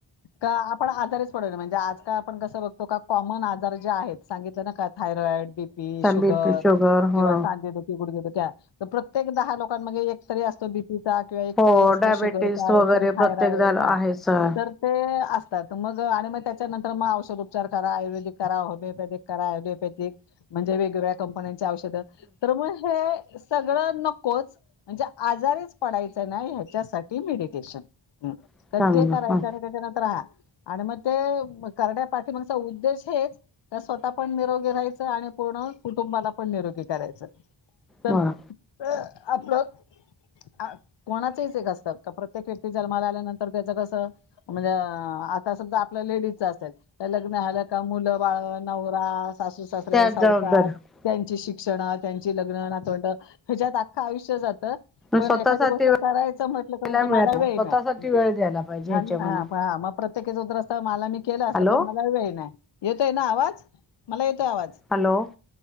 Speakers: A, on the left; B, in the centre.
A: का आपण आजारीच पडत नाही म्हणजे आजकाल आपण कसं बघतो का कॉमन आजार जे आहेत सांगितलं ना का thyroid B? P,
B: BP
A: sugar
B: हो
A: किंवा सांधे दुखी, गुडघे दुखी, तर प्रत्येक दहा लोकांन मध्ये एक तरी असतो बी पी, चा किंवा एक
B: हो
A: तरी असतो
B: डायबेटीस
A: शुगरचा
B: वगैरे
A: एकतरी थायरॉईड
B: प्रत्येक झालं
A: चा
B: आहे सर
A: तर, ते असतात मग आणि मग त्याच्यानंतर मग औषधोपचार करा आयुर्वेदिक करा होमिओपॅथिक करा होमिओपॅथिक म्हणजे वेगवेगळ्या कंपन्यांच्या औषध तर मगं हे सगळं नकोच, म्हणजे आजारीच पडायच नाही ह्याच्यासाठी मेडिटेशन हम्म
B: चांगलं
A: तर ते करायचं?
B: ह
A: तेच्या नंतर हां आणि मग ते करण्या पाठीमागचा उद्देश हेचं, त्या स्वतः पण निरोगी राहायचं आणि पूर्ण कुटुंबाला पण निरोगी, करायचं तर
B: बर
A: त आपलं, अं कोणाचेच एक असतात का प्रत्येक व्यक्ती जन्माला आल्यानंतर त्याच कसं? म्हणजे आता सुद्धा आपल्या लेडीजच असतात. लग्न आलं का मुलं बाळ नवरा सासू सासरे
B: त्याच
A: संसार
B: जबाबदार
A: त्यांच्याशी, क्षणा त्यांची लग्न नातवंड हेच्यात आख्खं आयुष्य जात. पण
B: स्वतःसाठी
A: एखादी गोष्ट करायचं म्हटलं
B: वेळला
A: तर ते
B: मिळत
A: मला
B: नाही.
A: वेळ
B: स्वतःसाठी
A: नाय
B: वेळ द्यायला पाहिजे
A: नाय
B: ह्याच्यामध्ये
A: नाय, मग प्रत्येक शक्यतो असतं मला मी केलं असतं
B: हॅलो
A: पण मला वेळ नाही येतोय ना आवाज मला येतोय आवाज.
B: हॅलो